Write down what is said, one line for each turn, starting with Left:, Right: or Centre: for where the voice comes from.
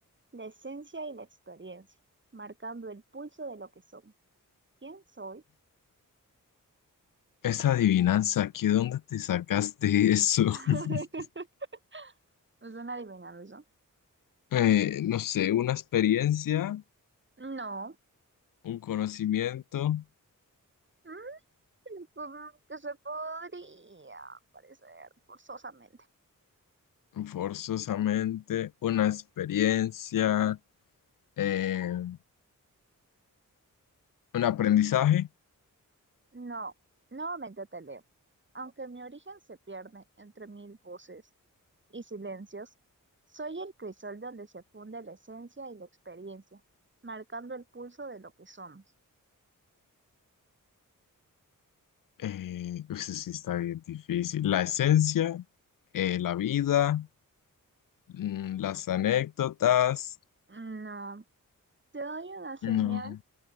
Right: la esencia y la experiencia, marcando el pulso de lo que somos. ¿Quién soy?
Left: Esa adivinanza, ¿aquí dónde te sacaste eso?
Right: <laughs>
Left: <laughs>
Right: ¿Es una adivinanza?
Left: Eh, no sé, una experiencia,
Right: No.
Left: un conocimiento,
Right: Mm, supongo que se podría parecer forzosamente.
Left: forzosamente, una experiencia, eh, un aprendizaje.
Right: No, nuevamente te leo Aunque mi origen se pierde entre mil voces y silencios, soy el crisol donde se funde la esencia y la experiencia, marcando el pulso de lo que somos.
Left: Eh, pues sí está bien difícil. La esencia, eh, la vida, mm, las anécdotas.
Right: No, te doy una señal,
Left: No.